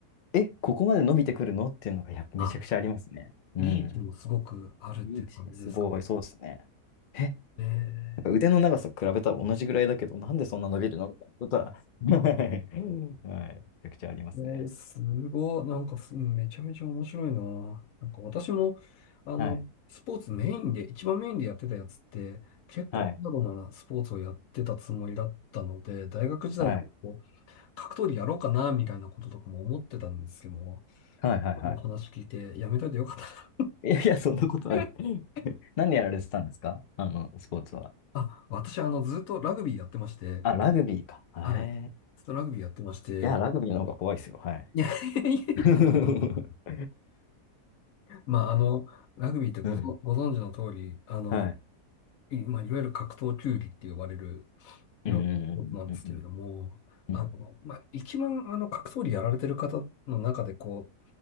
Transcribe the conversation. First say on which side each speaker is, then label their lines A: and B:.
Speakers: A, on the left (about 80°); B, on the left (about 65°).
A: え、ここまで伸びてくるのっていうのがやっぱめちゃくちゃありますね。
B: あ、
A: うん。
B: リーチもすごくあるっていう感じですか。
A: リーチがすごい、そうですね。え、なん
B: ええ。
A: か腕の長さ比べたら同じぐらいだけど、なんでそんな伸びるのみたいなことは、<laughs> はい、<laughs> はいめちゃくちゃありますね。
B: えーすごい。なんかす、めちゃめちゃ面白いな。なんか私も、あの、
A: はい、
B: スポーツメインで、一番メインでやってたやつって、結構ハードなスポーツをやってたつもりだったので、
A: はい、
B: 大学時代からこう
A: はい、
B: 格闘技やろうかな、みたいなこととかも思ってたんですけども、
A: はい、はい、はい。
B: 今のお話聞いてやめといてよかったな。
A: いやいや、そんなことない。
B: <laughs>
A: 何やられてたんですかあの、スポーツは。
B: あ、私、あの、ずっとラグビーやってまして、
A: あ、ラグビーか。え
B: はい。ずっとラグビーやってまして、
A: ー、いや、ラグビーの方が怖いですよ。はい。
B: <laughs> いやいやい
A: <laughs>
B: やまあ、あの、ラグビーってごぞ、
A: うん。
B: ご存知の通り、あの、
A: はい。
B: いまあ、いわゆる格闘球技って呼ばれる
A: うんうんうんうん
B: スポーツなんですけれども、
A: うんうん。
B: あの、
A: うん
B: まあ、一番、あの、格闘技やられてる方の中で、こ